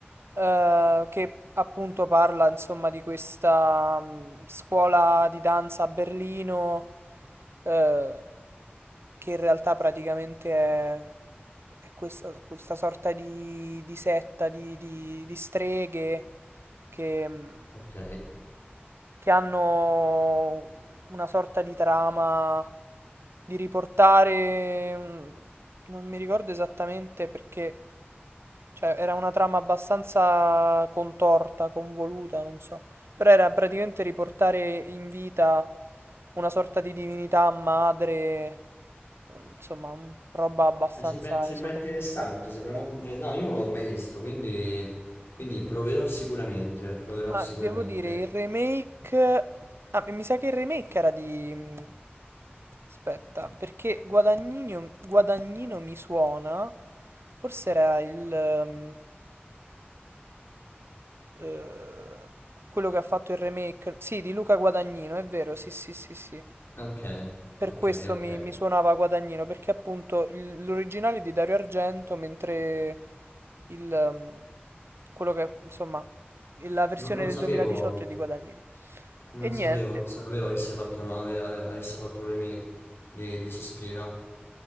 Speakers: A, on the right; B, on the left.
A: eh, che appunto parla, insomma, di questa mh, scuola di danza a Berlino, eh, che in realtà praticamente è, è questa, questa sorta di, di setta di, di- di streghe che... mh,
B: Ok.
A: che hanno una sorta di trama di riportare, un- non mi ricordo esattamente perché, cioè era una trama abbastanza contorta, convoluta, non so, però era praticamente riportare in vita una sorta di divinità madre, insomma, un- roba abbastanza
B: Eh, sembra, sembra
A: esoterica,
B: interessante,
A: particolare.
B: sembra molto interessante. No, io non l'ho mai visto, quindi, quindi proverò sicuramente, proverò
A: Ma
B: sicuramente.
A: devo dire, il remake... Ah, mi sa che il remake era di... mm, Aspetta, perché Guadagnino, Guadagnino mi suona. Forse era il... ehm, eh, quello che ha fatto il remake. Sì, di Luca Guadagnino, è vero, sì, sì, sì, sì.
B: Ok,
A: Per
B: ok,
A: questo
B: ok.
A: mi, mi suonava Guadagnino, perché appunto il- l'originale è di Dario Argento, mentre il... ehm, quello che, insomma, la versione
B: No- non
A: del
B: sapevo,
A: 2018 è di Guadagnino.
B: non
A: E niente.
B: sapevo, non sapevo avesse fatto, ave- ave- avesse fatto un remake di, di Sospira.